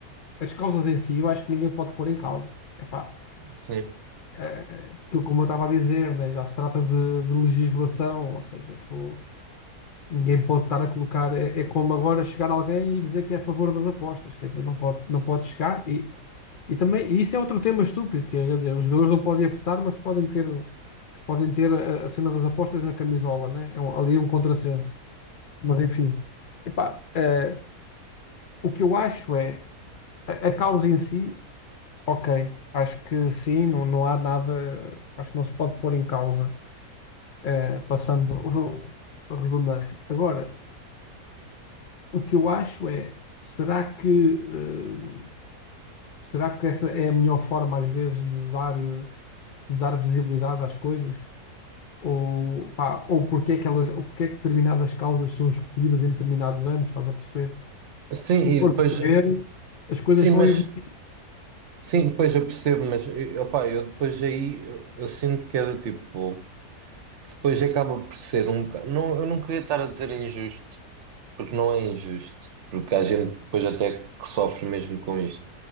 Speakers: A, on the left; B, on the right.
A: as causas em si, eu acho que ninguém pode pôr em causa. Epá,
B: sim.
A: eh, aquilo como eu estava a dizer, né, já se trata de, de legislação, ou seja, tu- ninguém pode estar a colocar, é, é como agora chegar alguém e dizer que é a favor das apostas, quer dizer, não pode, não pode chegar e, e também, e isso é outro tema estúpido, que é, quer dizer, os jogadores não podem apostar, mas podem ter, podem ter a, a cena das apostas na camisola, né? É um- ali é um contrassenso, mas enfim, epá, eh, o que eu acho é A, a causa em si, ok. Acho que sim, não, não há nada. Acho que não se pode pôr em causa, eh, passando o- a redundância. Agora, o que eu acho é: será que, eh, será que essa é a melhor forma, às vezes, de dar, eh, de dar visibilidade às coisas? Ou, pá, ou porque é que elas, ou porque é que determinadas causas são escolhidas em determinados anos? Estás a perceber?
B: Sim,
A: Se tu
B: e
A: fores
B: depois.
A: a ver, as coisas
B: Sim,
A: vão
B: mas.
A: evoluir.
B: Sim, depois eu percebo, mas eh, opá, eu depois aí eu, eu sinto que é do tipo, que depois acaba por ser um bocado. Não, eu não queria estar a dizer injusto, porque não é injusto, porque há gente depois até que sofre mesmo com isto.